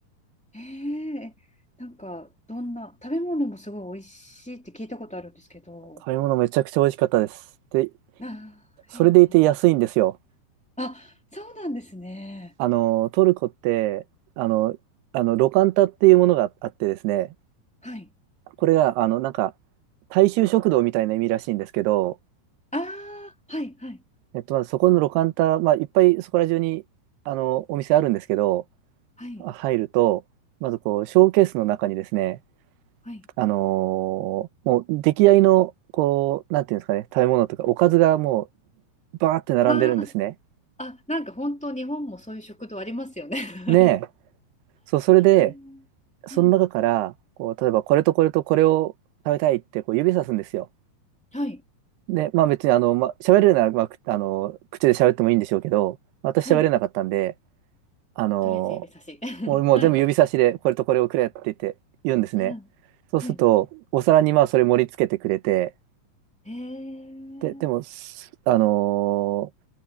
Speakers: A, in the centre; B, on the right.
A: ええなんかどんな食べ物もすごい美味しいって聞いたことあるんですけど、
B: 食べ物めちゃくちゃ美味しかったです。で、
A: あー、
B: それでいて安いんですよ。
A: いいな。<laughs> あ、そうなんですね。
B: あの、トルコって、あの、あの、ロカンタっていうものがあってですね、
A: はい。
B: これが、あの、なんか、大衆食堂みたいな意味らしいんですけど、
A: ああ、はいはい
B: えっと、まずそこのロカンタ、まあ、いっぱいそこら中に、あの、お店あるんですけど、
A: はい
B: あ入ると、まずこう、ショーケースの中にですね、
A: はい。
B: あのーもう、出来合いの、こう、なんていうんですかね、食べ物とか、おかずがもう、バーって並んでるんですね。
A: あーあ、なんか本当日本もそういう食堂ありますよね。<laughs>
B: ねえ、そう、それで、
A: えーはい
B: その中から、こう、例えばこれとこれとこれを食べたいってこう指さすんですよ。
A: はい
B: で、まあ別にあの、まあ、喋れるなら、まあ、くあの、口で喋ってもいいんでしょうけど、私喋れなかったんで、
A: はい
B: あの、
A: トレジ指差し。<laughs>
B: もう、もう全部指差しでこれとこれをくれって言って言うんですね。
A: はいはいはい
B: そうすると、お皿にまあそれ盛り付けてくれて、
A: へえ
B: で、でも、すあのー